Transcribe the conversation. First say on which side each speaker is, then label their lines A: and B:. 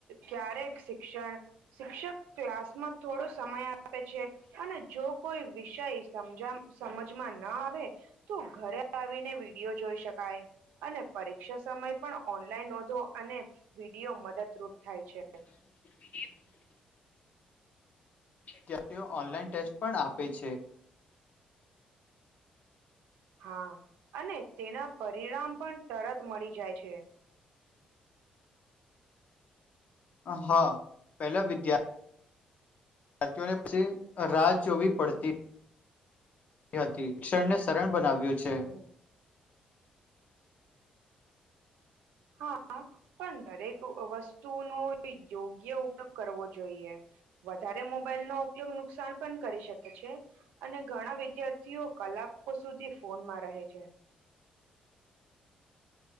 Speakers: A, on the right; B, on the left.
A: ક્યારેક શિક્ષણ શિક્ષક ક્લાસ માં થોડો સમય સમય આપે છે અને જો કોઈ વિષય સમજ સમજમાં ના આવે, તો ઘરે આવીને વિડીિયો જોઈ શકાય, અને પરીક્ષા સમય પણ ઓનલાઈન નોંધો અને, વિડીયો મદદરૂપ થાય છે.
B: હ <unintelligible> ત્યારે તેઓ ઓનલાઈન ટેસ્ટ પણ આપે છે.
A: હા, અને તેના પરિણામ પણ તરત મળી જાય છે.
B: હા, પેલા વિદ્યાર્થીને ભરતીઓ ને પછી રાહ જોવી પડતી હતી, શિક્ષણ ને સરળ બનાવ્યું છે.
A: હમ હા, પણ દરેક વસ્તુનો ઓ યોગ્ય ઉપયોગ કરવો જોઈએ, વધારે મોબાઈલ નો ઉપયોગ નુકસાન પણ કરી શકે છે. અને ઘણા વિદ્યાર્થીઓ કલાકો સુધી ફોનમાં રહે છે.